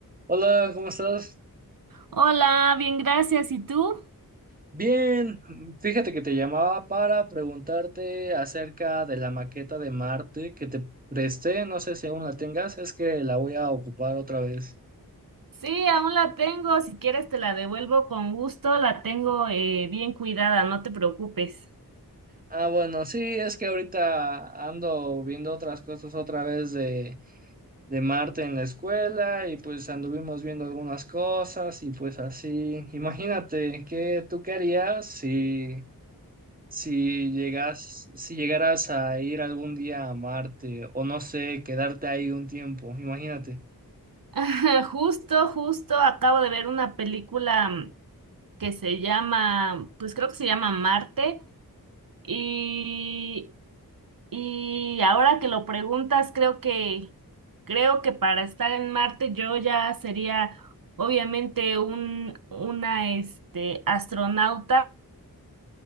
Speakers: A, on the right; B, on the right.
A: Hola, ¿cómo estás?
B: Hola, bien, gracias. ¿Y tú?
A: Bien, fíjate que te llamaba para preguntarte acerca de la maqueta de Marte que te presté, no sé si aún la tengas, es que la voy a ocupar otra vez.
B: Sí, aún la tengo. Si quieres, te la devuelvo con gusto. La tengo eh, bien cuidada, no te preocupes.
A: Ah, bueno, sí, es que ahorita ando viendo otras cosas otra vez de, de Marte en la escuela y pues anduvimos viendo algunas cosas y pues así, imagínate, ¿qué tú qué harías si Si llegas, si llegaras a ir algún día a Marte, o no sé, quedarte ahí un tiempo, imagínate,
B: <laughs> Justo, justo, acabo de ver una película mm, que se llama, pues creo que se llama Marte. Y, y ahora que lo preguntas, creo que, creo que para estar en Marte yo ya sería obviamente un, una, este, astronauta